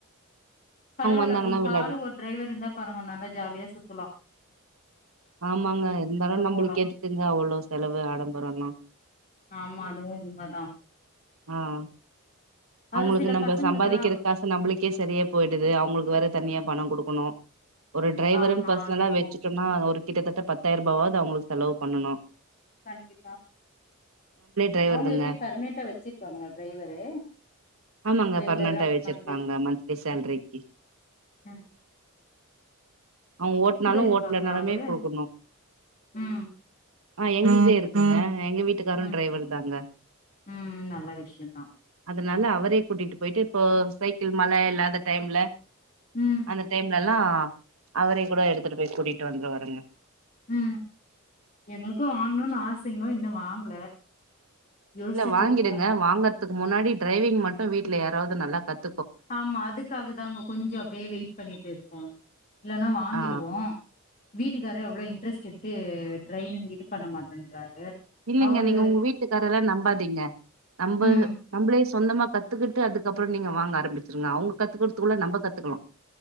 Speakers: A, on the left; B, on the right.
A: பரவாயில்ல
B: வந்தாங்கன்னா
A: ஒரு
B: விளாடி
A: காரு ஒரு டிரைவர் இருந்தா பாருங்க நல்லா ஜாலியா சுத்துலாம்
B: ஆமாங்க இருந்தாலும் நம்மளுக்கு
A: போலாம்.
B: ஏத்துக்குங்க அவ்வளவு செலவு ஆடம்பரம்ல்லாம்
A: ஆமா, அதுவும் உண்மதான்.
B: ஆஹ்
A: அது
B: அவங்களுக்கு
A: சில
B: நம்ம
A: பசங்களுக்கெல்லாம்
B: சம்பாதிக்கிறதுக்காசு நம்மளுக்கே சரியே போயி து அவங்களுக்கு வேற தனியா பணம் கொடுக்கணும் ஒரு டிரைவருன்னு
A: ஆமா,
B: பர்சனலா
A: அது என்னமோ
B: வச்சுட்டோம்னா ஒரு கிட்டத்தட்ட பத்தாயிரம் ரூபாவது அவங்களுக்கு செலவு பண்ணணும்
A: கண்டிப்பா
B: டிரைவர்
A: அவங்க
B: தாங்க
A: எப்படி பர்மனடா வச்சிருக்காங்க டிரைவரு
B: ஆமாங்க
A: ரெகுலரா
B: பர்மனன்டா வச்சிருக்காங்க
A: மந்த்லி
B: மந்த்லி சேல்ரிக்கு
A: உம்ம்
B: அவங்க ஓட்டுனாலும்
A: இருக்கா
B: ஓட்டுலனுமே
A: காரு
B: கொடுக்கனு
A: ம்
B: ஆஹ் எங்கிட்டே இருக்குங்க எங்க வீட்டுக்காரும்
A: ம்
B: டிரைவர்த்தங்க
A: ம் நல்ல விஷயந்தா
B: அதுனால அவரே கூட்டிட்டு போயிட்டு இப்போ சைக்கிள் மல இல்லாத டைம்ல
A: ம்
B: அந்த டைம்ல ல்லாம் அவரே கூட எடுத்துடு போய் ட்டு வந்து வருங்க
A: உம் எங்களுக்கும் வாங்கணும்னு ஆசைங்க இன்னும் வாங்கல யோசிச்சுட்டு
B: இல்ல வாங்கிடுங்க
A: இருக்கோ
B: வாங்கற க்கு முன்னாடி டிரரைவிங் மட்டும் வீட்டல யாராவது நல்லா கத்து
A: ஆமா அதுக்காக தான் அங்க கொஞ்சம் அப்படியே வெயிட் பண்ணிட்டு இருக்கோம் இல்லன்னா வாங்கிடுவோம்
B: ஆ
A: வீட்டுக்காரு அவ்வளவு இன்ட்ரெஸ்ட் எடுத்து டிரரைவிங் இது பண்ண மாட்டேன்றாரு
B: இல்லலைங்க
A: அவரு
B: நீங்க உங்க வீட்டுக்கார எல்லாம் நம்பாதீங்க நம்ம
A: ம்
B: நம்மளே சொந்தமாக கற்றுக்கிட்டு அதுக்கப்புறம் நீங்கள் வாங்க ஆரம்பிச்சுடுங்க அவங்க கற்றுக்கறிறதுக்குள்ள நம்ம கற்றுக்கலாம்